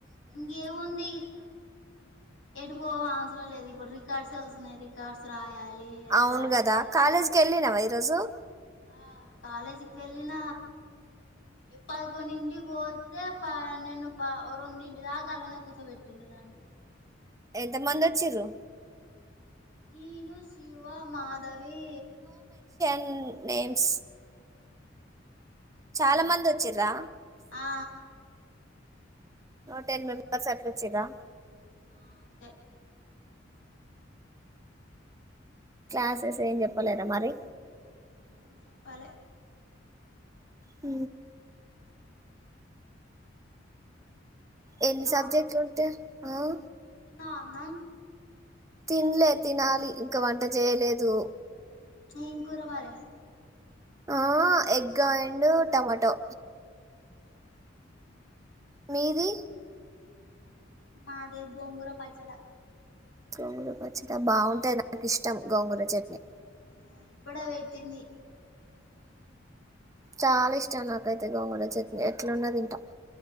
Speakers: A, on the left; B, on the right.
A: ఇంకేముంది ఎటుకో అవసరం లేదు ఇప్పుడు రికార్డ్స్స రికార్డ్స్ రాయాలి అవి
B: అవున్
A: రాయాలి
B: గదా కాలేజ్కి ఎల్లినవ రజు
A: ఆ కాలేజీకి వెళ్ళిన పదకొడింటి పోతే ప నేను ప రెండింటి దాకా అలానే కూర్చోబెట్టిన నన్నను
B: ఎంత మంది వచ్చారు
A: నీను శివ మాధవి
B: ఎల్ నేమ్స్
A: అలా
B: చాలా
A: పోయింది
B: మంది వచ్చ్రా
A: ఆ
B: టెన్ మెంబర్స్ హత్ర వచ్చిరా
A: ఆ అంతే
B: క్లాసెస్ ఏం చెప్పలేద మరి
A: నేం చెప్పాలి
B: హ ఎన్ని
A: తిన్నావా
B: సబ్జెక్ట్లు ఉంటాయా ఆ
A: అన్న
B: తినలే తినాలి ఇంకా వంట చేయలేదు
A: న ఇంకూర మార
B: ఆ ఎగ్ అండ్ టమాటో
A: ఉ
B: మీది
A: మాదే గోంగూర పచ్చడా
B: గోంగూర పచ్చడి బాగుంటాయి నాకు ఇష్టం గోంగూర చట్నీ
A: ఆ ఇప్పుడా పెటింది
B: చాలా ఇష్టం నాకైతే గోంగూర చట్నీ ఎట్లన్న తింట